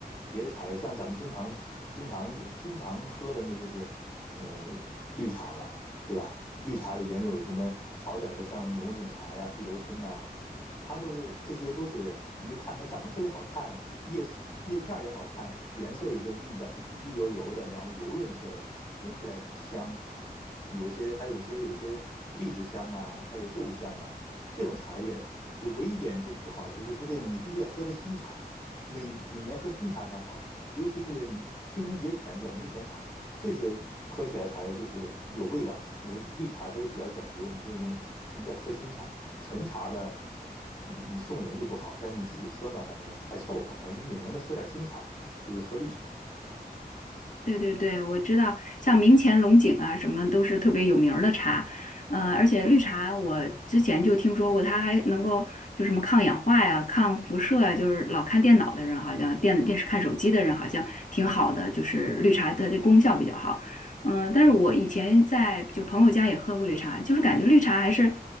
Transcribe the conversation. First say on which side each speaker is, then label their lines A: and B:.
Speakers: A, on the left (about 30°); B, on the left (about 50°).
A: 别的茶叶，像咱们经常吃、经常用、经常喝的，那就是呃绿茶了。对吧？绿茶里边又有什么好点儿的，像龙井茶呀、碧螺春呐、它都是这些都是，你就看它长得特别好看，叶丝叶片儿也好看，颜色也是绿的，绿油油的，然后油润色的，闻起来也很香。有些还有一些有一些栗子香啊，还有豆香啊，这种茶叶就唯一一点就不好，就是它这个你必须得喝的新茶，每每年喝新茶才好，尤其是清明节前叫明前茶。这些喝起来才就是有味道。因为绿茶它是比较讲究，你这种你在喝新茶，陈茶吧，嗯，你送人就不好，但是你自己喝吧，反正还凑合，反正就每年都喝点新茶，就是喝绿茶。
B: 对对对，我知道，像明前龙井啊，什么都是特别有名儿的茶，呃，而且绿茶我之前就听说过，它还能够就什么抗氧化呀、抗辐射呀，就是老看电脑的人好像电子电视看手机的人好像挺好的，就是绿茶的这功效比较好，
A: 嗯
B: 嗯、但是我以前在就朋友家也喝过绿茶，就是感觉绿茶还是